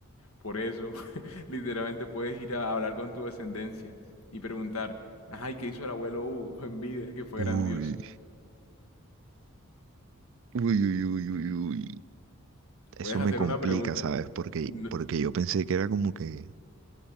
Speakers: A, on the left; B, on the right.
A: Por eso, <laughs> literalmente puedes ir a hablar con tu descendencia y preguntar, ay, ¿qué hizo el abuelo Hugo <laughs> en vida? Que fue
B: Uy.
A: grandioso.
B: Uy, uy, uy, uy, uy. Eso
A: Puedes hacer
B: me complica,
A: una pregunta.
B: ¿sabes? Porque,
A: No,
B: porque yo pensé que era como que